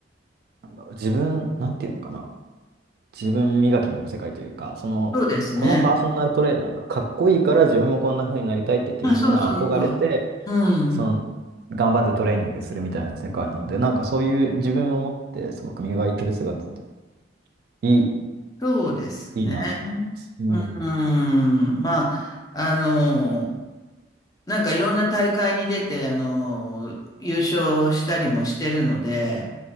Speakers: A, on the right; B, on the left.
A: なんだろう、自分、なんていうのかな。自分磨きの世界というか、その、
B: そうですね。
A: このパーソナルトレーナーがかっこいいから自分もこんな風になりたいって言ってみんな憧れて、
B: あ、そうそうそう。うん。
A: その、頑張ってトレーニングするみたいな世界なので、なんかそういう自分を持ってすごく磨いてる姿っていい、
B: そうですね。
A: いいなと思います。うん。
B: うん。まあ、あの、なんかいろんな大会に出て、あの、優勝したりもしてるので、